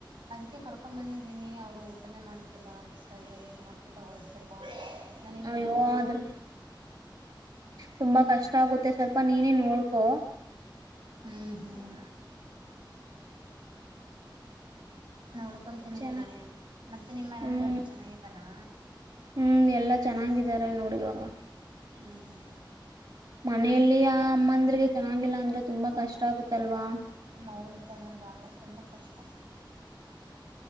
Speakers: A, on the right; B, on the right.
A: ಅದಕ್ಕೆ ಕರ್ಕೊಂಡ ಬಂದ ಇದೀನಿ ಅವರು ಊಟನೇ ಮಾಡ್ತಿಲ್ಲ ಸರಿಯಾಗಿ ಮಾತ್ರ ತಗೊಳ್ತಿಲ್ಲ ನನಗೆ
B: ಅಯ್ಯೋ ಆದ್ರ ತುಂಬಾ ಕಷ್ಟ ಆಗುತ್ತೆ ಸ್ವಲ್ಪ ನೀನೇ ನೋಡ್ಕೊ
A: ಹ್ಮ್ ಹ್ಮ್ ನೋಡ್ಕೊತೀನಿ
B: ಚ
A: ಕಳೆ ಮತ್ತೆ ನಿಮ್ಮ ಮನಲೆಲ್ಲಾ
B: ಹ್ಮ್
A: ಚೆನ್ನಾಗಿದ್ದಾರಾ
B: ಹ್ಮ್ ಎಲ್ಲಾ ಚೆನ್ನಾಗಿದ್ದಾರೆ ನೋಡುವಾಗ
A: ಹ್ಮ್ ಹ್ಮ್
B: ಮನೆಯಲ್ಲಿ ಆ ಅಮ್ಮಂದ್ರಿಗೆ ಚೆನ್ನಾಗಿಲ್ಲ ಅಂದ್ರೆ ತುಂಬಾ ಕಷ್ಟ ಆಗುತ್ತಲ್ವಾ
A: <unintelligible> ಕಣೆ ಭಾಳ ತುಂಬ ಕಷ್ಟಾ